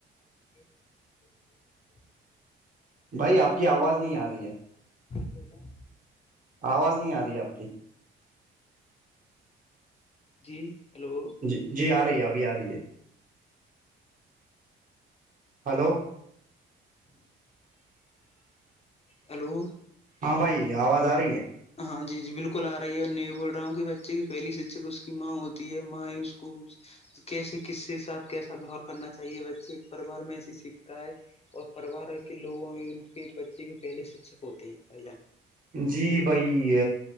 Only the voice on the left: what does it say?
<inaudible> ہے کیسے بہت کرنا ہے
ب جان
جی ہیلو
ہیلو
ہاں جی جی بالکل آ رہی ہے میں یہ بول رہا ہوں بچے کی پہلی شکچک اس کی ماں ہوتی ہے ماں ہی اس کو کیسے کس کے ساتھ کیسا بہار کرنا چاہیے بچے پرریوار میں ایسے سیکھتا ہے اور پریوار کے لوگوں ان کے بچے کے پہلے شکچشک ہوتے ہیں بھائی جان